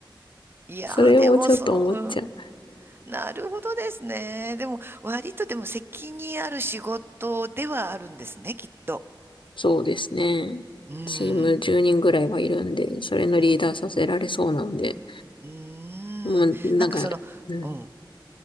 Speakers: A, on the left; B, on the right.
A: <laughs>
B: いやー、
A: それもちょっと思っちゃう。
B: でもそう、うんなるほどですね。でも、割とでも責任ある仕事ではあるんですね、きっと。
A: そうですね。
B: うん、
A: チーム10人ぐらいはいるんで、それのリーダーさせられそうなんで、
B: うん、うー
A: もうなんか、
B: ん。なんかその、
A: うん、
B: うん。
A: だか